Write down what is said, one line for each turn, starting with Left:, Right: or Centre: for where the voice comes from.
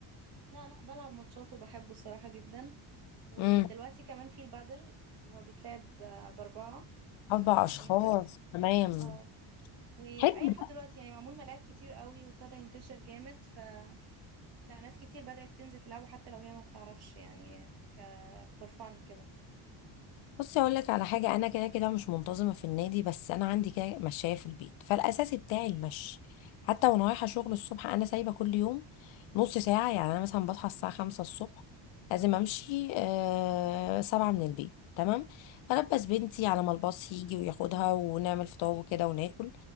Right: لا لا بلعب ماتشات وبحبه الصراحة جدا ودلوقتي
Left: امم
Right: كمان في البادل اللي هو بيتلعب آه، بأربعة
Left: اربع
Right: مش باتنين
Left: اشخاص
Right: بس
Left: تمام
Right: اه وأي
Left: حلو
Right: حد دلوقتي يعني معمول ملاعب كتير قوي وابتدى ينتشر جامد فلا ناس كتير بدأت تنزل تلعبه حتى لو هي ما بتعرفش يعني ك فور فن كده
Left: بصي اقول لك على حاجه انا كده كده مش منتظمه في النادي بس انا عندي كده مشاية في البيت فالاساسي بتاعي المشي حتى وانا رايحه شغل الصبح انا سايبه كل يوم نص ساعه يعني انا مثلا بصحى الساعه 5 الصبح لازم امشي آه 7 من البيت تمام البس بنتي على ما الباص يجي وياخدها ونعمل فطار وكده وناكل